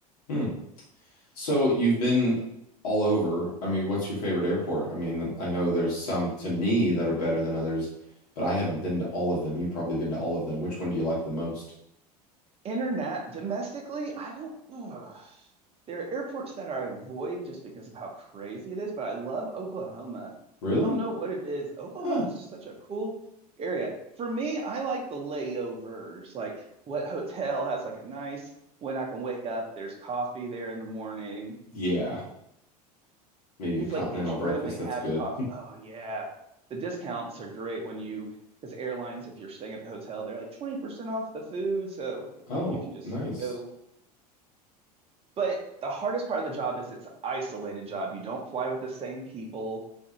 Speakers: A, on the left; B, on the right.
A: Hmm. So you've been all over. I mean, what's your favorite airport? I mean, I know there's some to me that are better than others, but I haven't been to all of them. You've probably been to all of them. Which one do you like the most?
B: Internet domestically, I don't. ugh. There are airports that I avoid just because of how crazy it is, but I love Oklahoma.
A: Really?
B: I don't know what it is. Oklahoma
A: Huh.
B: is just such a cool area. For me, I like the layovers, like what hotel has like a nice when I can wake up, there's coffee there in the morning.
A: Yeah. Maybe
B: Because
A: a continental
B: like each
A: breakfast.
B: room they
A: That's
B: have
A: good.
B: coffee. Oh yeah. The discounts are great when you, because airlines, if you're staying at the hotel, they're like 20% off the food. So
A: Oh,
B: you can just
A: nice.
B: go But the hardest part of the job is it's an isolated job. You don't fly with the same people